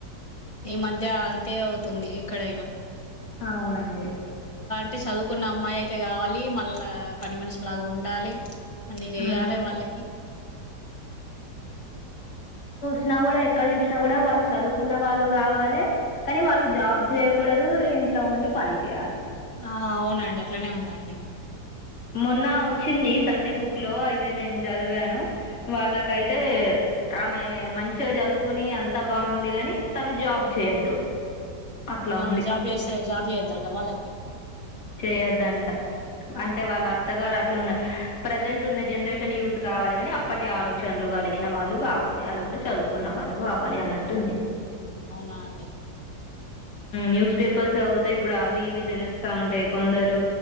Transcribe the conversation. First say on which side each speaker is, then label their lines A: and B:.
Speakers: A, on the left; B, on the left.
A: ఈ మధ్య అంతే అవుతుంది ఎక్కడైనా
B: అవునండి
A: అ చదువుకున్న అమ్మాయి అయితే కావాలి మళ్ళా పని మనిషిలాగ ఉండాలి అన్ని చెయాలే
B: హ్మ్.
A: వాళ్ళకి
B: చూసినా కూడ ఎక్కడ చూసిన కూడ వాళ్ళు చదువుకున్న వాళ్ళు కావాలి కానీ వాళ్ళు జాబ్ చేయకూడదు ఇంట్లో ఉండి పని చేయాలి
A: ఆ అవునండి అట్లానే ఉందండి
B: మొన్న వచ్చింది సండే బుక్ లో అయితే నేను చదివాను వాళ్ళకైతే ఆమె మంచిగా చదువుకుని అంత బాగుంది కాని జాబ్ చేయొద్దు అట్లా
A: ఆ
B: ఉంది.
A: జాబ్ చేస్తే జాబ్ చేయదట వాళ్లకి
B: చేయొద్దంట
A: హ్మ్.
B: అంటే వాళ్ళ అత్తగారు ప్రజెంట్ ఉన్న జనరేషన్ యూత్ కావాలి ని అప్పటి ఆలోచనలు కలిగిన వాళ్ళు కావాలి అది కూడా చదువుకున్న వాళ్ళు కావాలి అన్నట్టుంది
A: అవునా అండి
B: న్యూస్ పేపర్స్ చదువుతా ఇప్పుడు అవి ఇవి తెలుస్తా ఉంటాయి కొందరు